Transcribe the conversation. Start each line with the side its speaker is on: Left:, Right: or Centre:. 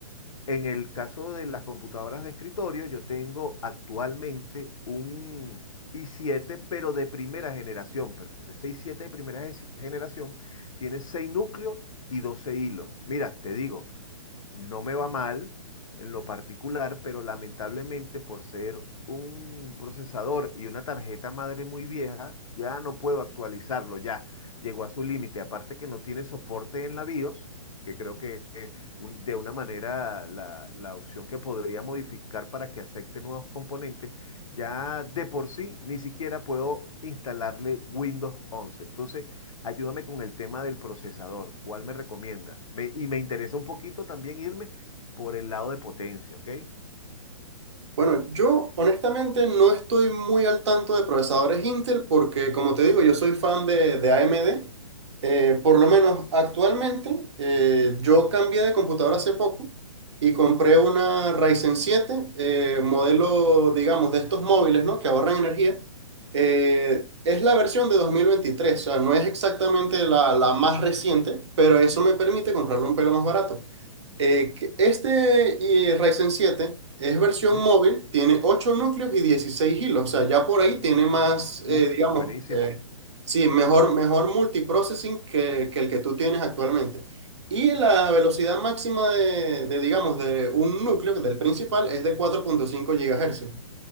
Left: en el caso de las computadoras de escritorio, yo tengo actualmente un i7, pero de primera generación. Pero ese i7 de primera ge- generación tiene 6 núcleos y 12 hilos. Mira, te digo, no me va mal en lo particular, pero lamentablemente por ser un procesador y una tarjeta madre muy vieja, ya no puedo actualizarlo, ya llegó a su límite. Aparte que no tiene soporte en la BIOS, que creo que eh, un- de una manera la, la opción que podría modificar para que acepte nuevos componentes, ya de por sí ni siquiera puedo instalarle Windows 11. Entonces, ayúdame con el tema del procesador. ¿Cuál me recomiendas? Me- y me interesa un poquito también irme por el lado de potencia, ¿ok?
Right: Bueno, yo honestamente no estoy muy al tanto de procesadores Intel porque, como te digo, yo soy fan de, de AMD. Eh, por lo menos actualmente, eh, yo cambié de computadora hace poco y compré una Ryzen siete, eh, modelo, digamos, de estos móviles, ¿no? Que ahorran energía. Eh, es la versión de 2023, o sea, no es exactamente la, la más reciente, pero eso
Left: Uy.
Right: me permite comprarlo un pelo más barato. Eh, que este eh, Ryzen siete es versión
Left: Ujú.
Right: móvil, tiene 8 núcleos y 16 hilos, o sea, ya por ahí tiene más,
Left: Uf,
Right: eh, digamos,
Left: buenísimo.
Right: eh, sí, mejor, mejor multiprocessing que, que el que tú tienes actualmente. Y la velocidad máxima de, de, digamos, de un núcleo, del principal, es de cuatro punto cinco gigahercios.